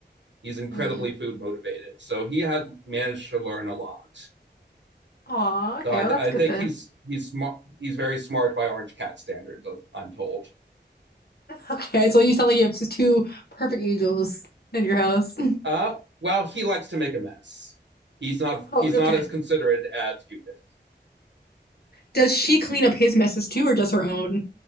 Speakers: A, on the right (about 80°); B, on the left (about 60°).
A: He's incredibly
B: Mm.
A: food motivated, so he had managed to learn a lot.
B: Aw, okay,
A: So I,
B: well that's
A: I
B: good
A: think
B: then.
A: he's
B: <laughs>
A: he's smart. He's very smart by Orange Cat standards. I'm told.
B: Okay, so you sound like you have just two perfect angels in your house. <laughs>
A: Uh, well, he likes to make a mess. He's not
B: Oh,
A: he's
B: okay.
A: not as considerate as Judith,
B: Does she clean up his messes too, or just her own?